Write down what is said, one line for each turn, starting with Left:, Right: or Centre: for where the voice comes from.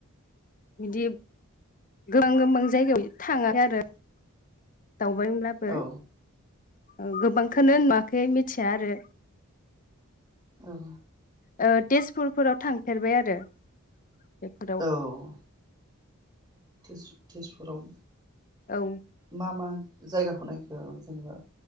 Left: बिदि गोबां- गोबां जायगायाव थाङाखै आरो दावबायब्लाबो
Right: औ
Left: औ गोबांखौनो नुवाखै मिथिया आरो
Right: औ
Left: ओ तेजपुरफोराव थांफेरबाय आरो बेफोराव
Right: औ तेजपुराव
Left: औ
Right: मा- मा जायगाखौ नायखो जेनेबा